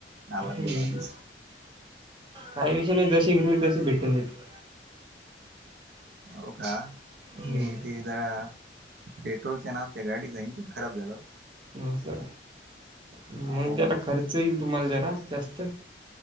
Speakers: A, on the right; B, on the right.
A: आवाज
B: हं
A: बिवाज
B: काही विषय नाही जसे घेतली तशी भेटून जातील.
A: होका आणि
B: हं
A: ते जरा पेट्रोलच्या आण आमच्या गाडीचं इंजिन खराब झालं ओ
B: हो मग
A: अहो
B: त्याला खर्च येईल तुम्हाला जरा जास्त